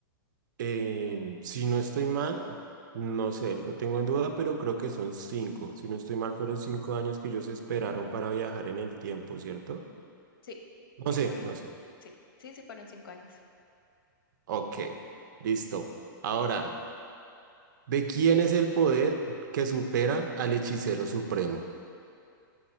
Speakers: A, on the right; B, on the left.
A: Eh, si no estoy mal, no sé, lo tengo en duda, pero creo que son cinco. Si no estoy mal, fueron cinco años que ellos esperaron para viajar en el tiempo, ¿cierto?
B: Sí, sí,
A: No sé,
B: fueron,
A: no sé.
B: sí, sí, sí, fueron cinco años.
A: Ok, listo. Ahora, ¿de quién es el poder que supera al hechicero supremo?